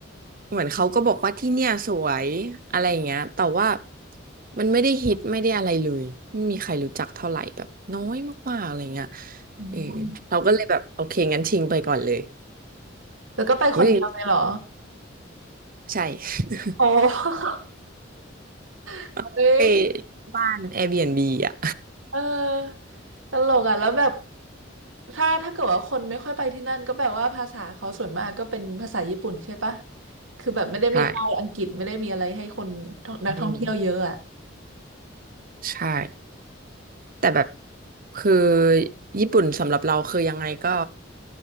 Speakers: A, on the right; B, on the right.
A: เหมือนเขาก็บอกว่าที่เนี่ยสวยอะไรอย่างเงี้ยแต่ว่ามันไม่ได้ฮิตไม่ได้อะไรเลยไม่มีใครรู้จักเท่าไหร่แบบน้อยมากๆอะไรเงี้ย
B: อืม
A: เออเราก็เลยแบบโอเคงั้นทิ้งไปก่อนเลย
B: หรือก็ไปคนเดียวเลยเหรอ
A: อุ๊ยใช่
B: โอ้ <laughs>
A: <laughs>
B: เฮ้ย
A: ไปบ้าน Airbnb อ่ะ
B: เออ ตลกอ่ะแล้วแบบถ้าถ้าเกิดว่าคนไม่ค่อยไปที่นั่นก็แบบว่าภาษาเขาส่วนมากก็เป็นภาษาญี่ปุ่นใช่ปะ คือแบบไม่ได้มีป้ายอังกฤษไม่ได้มีอะไรให้คนท่องนักท่องเที่ยวเยอะอ่ะ
A: <laughs> ใช่ไม่มีใช่แต่แบบคือญี่ปุ่นสำหรับเราคือยังไงก็